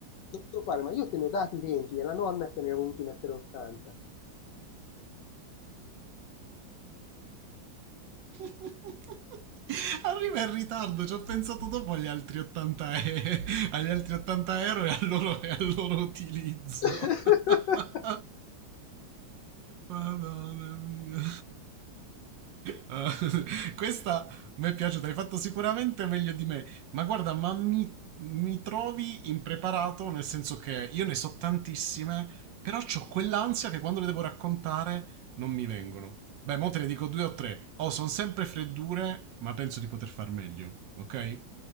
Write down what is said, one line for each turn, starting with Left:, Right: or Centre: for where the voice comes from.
Left: non ti preoccupare, ma io te ne ho dati 20, è la nonna che ne ha voluti mettere 80.
Right: <laughs> Arriva in ritardo, ci ho pensato dopo agli altri 80, e- agli altri 80 euro e al loro, e al loro utilizzo.
Left: <laughs>
Right: <laughs> Madonna mia. Ah, questa mi è piaciuta, hai fatto sicuramente meglio di me, ma guarda, ma mi, mi trovi impreparato nel senso che io ne so tantissime, però ho quell'ansia che quando le devo raccontare non mi vengono. Beh, mo te ne dico due o tre. O oh, sono sempre freddure, ma penso di poter far meglio. Ok?